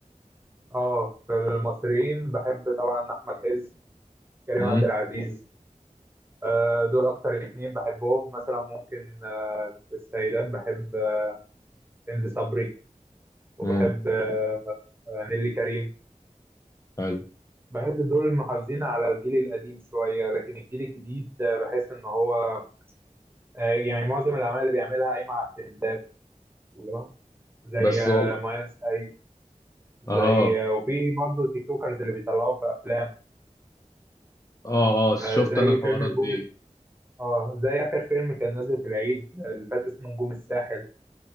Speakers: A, on the right; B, on the left.
A: اه في المصريين بحب طبعا احمد عز كريم
B: امم
A: عبد العزيز آه دول اكتر اتنين بحبهم مثلا ممكن آه، في السيدات بحب آه، هند صبري وبحب
B: امم
A: آه، آه، نيلي كريم
B: حلو
A: بحس دول محافظين على الجيل القديم شوية لكن الجيل الجديد آه، بحس ان هو آه، يعني معظم الأعمال اللي بيعملها قايمة على الترندات اللي هو زي
B: بس
A: آه،
B: والله
A: ماين سايد زي
B: اه
A: آه، وفي برضه تيك توكرز اللي بيطلعوا في أفلام
B: اه اه شفت
A: آه، زي
B: أنا الحوارات
A: فيلم
B: دي
A: نجوم اه زي آخر فيلم كان نازل في العيد اللي فات اسمه نجوم الساحل